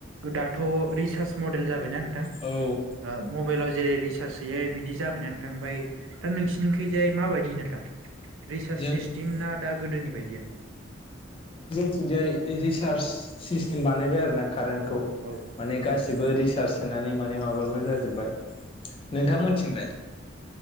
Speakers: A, on the right; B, on the left.
A: दाथ रिसार्च मडेल जाबायना नोंथां
B: औ
A: ओ मबाइलाव जे रिसार्ज सोङो बिदि जाबायना नोंथां ओमफ्राय दा नोंसिनिखैजाय माबायदि नोंथां रिसार्च
B: जों
A: सिस्टेम ना दा गोदोनि बायदि
B: बिथिंजाय रिसार्ज सिस्टेम बानायबाय आरो ना कारेन्टखौ
A: औ
B: माने गासिबो
A: औ
B: रिसार्ज सोनानै माने माबाग्रा जाजोब्बाय नोंथां मोनथिनलाय